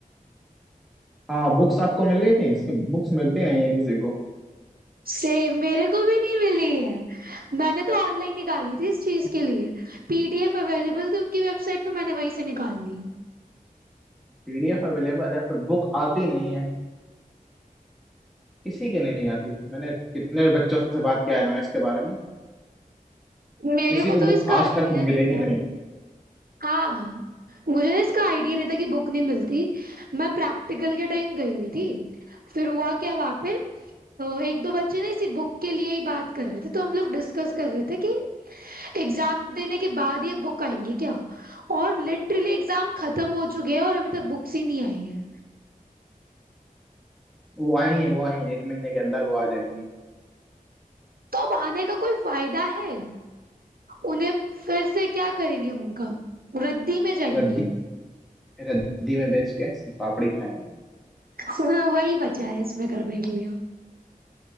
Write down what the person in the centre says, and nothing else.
हाँ बुक्स आपको मिल गई थी इसके बुक्स मिलती नहीं है किसी को
पीडीएफ अवेलेबल है पर बुक आती नहीं है किसी के नहीं आती मैंने कितने बच्चों से बात किया एनआरएस के बारे में
किसी
को
बुक
आज
तक मिले
ही नहीं
वो आएंगे वो आएंगे एक महीने के अंदर वो आ जाएंगी
या रद्दी में बेच के सोन पापड़ी खाएंगे